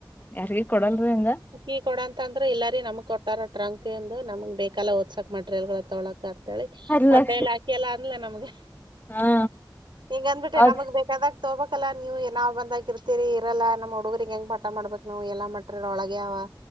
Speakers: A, on the left (about 25°); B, on the right (about 85°).
A: ಯಾರಿಗ್ ಕೊಡಲ್ರಿ ಹಂಗ.
B: ಈ ಕೊಡಂತ ಅಂದ್ರೆ ಇಲ್ಲಾರಿ ನಮ್ ಕೊಟ್ಟಾರ ಟ್ರಂಕ್ ಇಂದ್ ನಮಗ್ ಬೇಕಲ್ಲ ಒದ್ಸಾಕ್ ಮಟೀರಿಯಲ್ಗಳು ತೊಗಳಕ್ <inaudible>
A: ಅದ್
B: ಹೊಟ್ಟೆಲ್ಲ
A: ಲಕ್ಷ
B: ಹಾಕಿ ಎಲ್ಲ ಅಂದ್ಲ ನಮ್ಗೆ
A: ಹಾ
B: ಹಿಂಗಂದ್ಬಿಟೆ
A: ಅದ್
B: ನಮಗ್ ಬೇಕ ದಾಗ ತೋಬೇಕಲ್ಲಾ ನೀವು ನಾವ್ ಬಂದಾಗಿ ಇರ್ತೀರಿ. ಇಲ್ಲ ನಮ್ ಹುಡುಗರಿಗೆ ಹೆಂಗ ಪಾಠ ಮಾಡ್ಬೇಕಕ್ ನಾವು ಎಲ್ಲಾ ಮೆಟೆರಿಯಲ್ ಒಳಗೆ ಅವ.